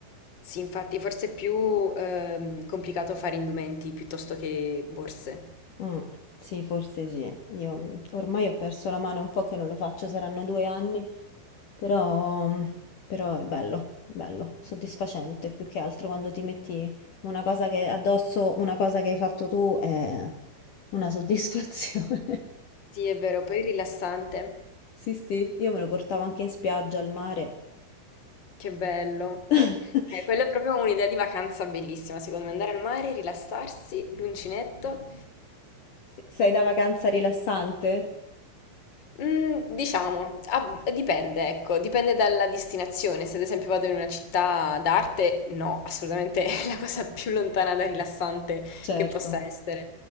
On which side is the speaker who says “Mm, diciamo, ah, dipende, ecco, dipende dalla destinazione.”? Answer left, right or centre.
Left